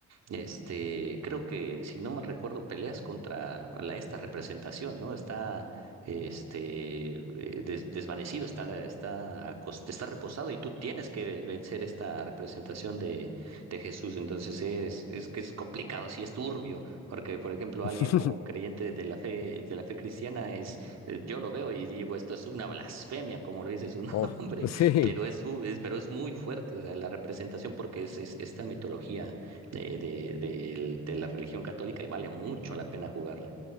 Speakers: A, on the right; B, on the left.
A: este, creo que, si no mal recuerdo, peleas contra la, esta representación, ¿no? Está, este, eh, des- desvanecido, está, está, acos- está reposado y tú tienes que vencer esta representación de, de Jesús. Entonces es, es que es complicado, sí es turbio, porque, por ejemplo,
B: <laughs>
A: alguien como creyente de la fe, de la fe cristiana es, eh, yo lo veo y digo, esto es una blasfemia, como lo dice su <laughs>
B: Oh,
A: nombre,
B: sí.
A: pero es, un- es- pero es muy fuerte, o sea, la representación porque es es esta mitología de, de, de, de la religión católica y vale mucho la pena jugarla.